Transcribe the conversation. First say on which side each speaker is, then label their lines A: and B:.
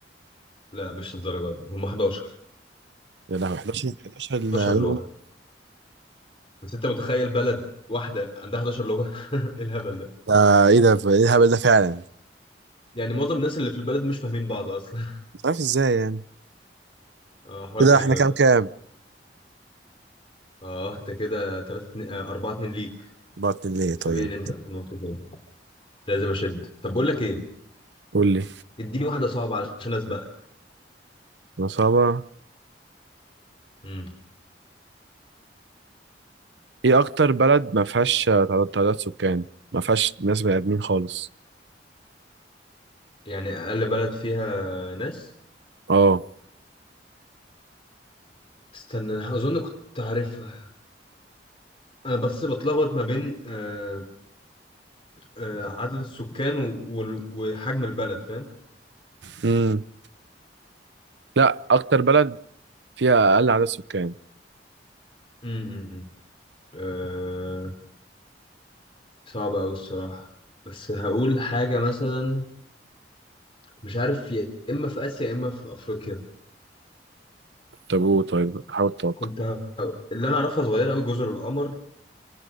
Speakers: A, on the left; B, on the right.
A: لا مش الدرجة دي هما 11
B: يا لهوي 11 11 ال-
A: 11 لغة بس أنت متخيل بلد واحدة عندها 11 لغة؟ <laughs> إيه الهبل ده؟
B: ده ايه ده ايه الهبل ده فعلا
A: يعني معظم الناس اللي في البلد مش فاهمين بعض أصلا
B: مش عارف ازاي يعني
A: اه حوار
B: كده
A: غريب
B: احنا
A: أوي
B: كام كام
A: اه أنت كده 3 2 4 2 ليك
B: بعت ليه طيب
A: سابقني أنت بنقطتين لازم اشد طب بقول لك ايه
B: قول لي
A: اديني واحده صعبه علشان اسبقك
B: نصابة
A: امم
B: ايه اكتر بلد ما فيهاش تعداد تعداد سكان ما فيهاش ناس بني ادمين خالص
A: يعني اقل بلد فيها ناس
B: اه
A: استنى أنا اظن كنت عارفها انا بس بتلخبط ما بين آه آه عدد السكان و- وال- وحجم البلد فاهم
B: امم لا اكتر بلد فيها اقل عدد سكان
A: امم آه صعبه قوي الصراحه بس هقول حاجه مثلا مش عارف يا اما في اسيا يا اما في افريقيا
B: طب قول طيب حاول تتوقع
A: كنت ه... اللي انا اعرفها صغيره قوي جزر القمر